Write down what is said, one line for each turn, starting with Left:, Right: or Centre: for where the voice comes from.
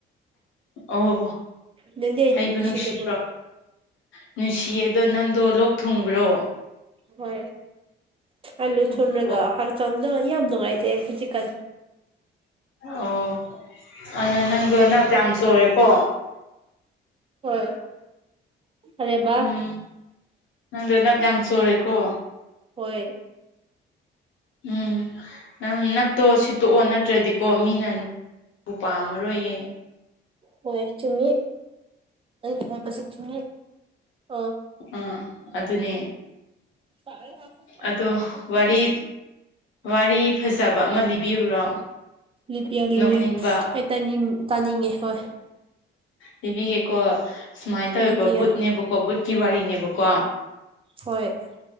Left: ꯑꯣ
Right: ꯅꯪꯗꯤ ꯑꯩ
Left: ꯑꯩꯕꯨ
Right: ꯅꯨꯡꯁꯤꯗꯕ꯭ꯔꯣ
Left: ꯅꯨꯡꯁꯤꯕ꯭ꯔꯣ ꯅꯨꯡꯁꯤꯌꯦ ꯑꯗꯣ ꯅꯪꯗꯣ ꯂꯣꯛ ꯊꯨꯡꯕ꯭ꯔꯣ
Right: ꯍꯣꯏ ꯑꯂꯨ ꯊꯨꯔꯒ
Left: ꯑꯣ
Right: ꯍꯛꯆꯥꯡꯗ ꯌꯥꯝ ꯅꯨꯡꯉꯥꯏꯇꯦ ꯍꯨꯖꯤꯛꯀꯥꯟ
Left: ꯑꯣ ꯑꯅ ꯅꯪꯖꯨ ꯅꯞ ꯌꯥꯝ ꯆꯣꯔꯦꯀꯣ
Right: ꯍꯣꯏ ꯑꯔꯦꯕ
Left: ꯎꯝ ꯅꯪꯗꯣ ꯅꯞ ꯌꯥꯝ ꯆꯣꯔꯦꯀꯣ
Right: ꯍꯣꯏ
Left: ꯎꯝ ꯅꯪ ꯅꯞꯇꯣ ꯁꯤꯠꯇꯣꯛꯑꯣ ꯅꯠꯇ꯭ꯔꯗꯤꯀꯣ ꯃꯤꯅ ꯅꯨ ꯕꯨ ꯄꯥꯝꯃꯔꯣꯏꯌꯦ
Right: ꯍꯣꯏ ꯆꯨꯝꯃꯤ ꯑꯩꯅ ꯍꯥꯏꯕꯁꯦ ꯆꯨꯝꯃꯤ ꯑꯣ
Left: ꯑ ꯑꯗꯨꯅꯦ
Right: <inaudible>
Left: ꯑꯗꯣ ꯋꯥꯔꯤ ꯋꯥꯔꯤ ꯐꯖꯕ ꯑꯃ ꯂꯤꯕꯤꯌꯨꯔꯣ
Right: ꯂꯤꯄꯤꯌꯣ ꯂꯤꯕꯤꯌꯣ
Left: ꯅꯣꯛꯅꯤꯡꯕ
Right: ꯑꯩ ꯇꯅꯤꯃꯨ ꯇꯥꯅꯤꯡꯉꯦ ꯍꯣꯏ
Left: ꯂꯤꯕꯤꯒꯦꯀꯣ ꯁꯨꯃꯥꯏ ꯇꯧꯋꯦꯕ
Right: ꯂꯤꯄꯤꯌꯥ
Left: ꯕꯨꯠꯅꯦꯕꯀꯣ ꯕꯨꯠꯀꯤ ꯋꯥꯔꯤꯅꯦꯕꯀꯣ
Right: ꯍꯣꯏ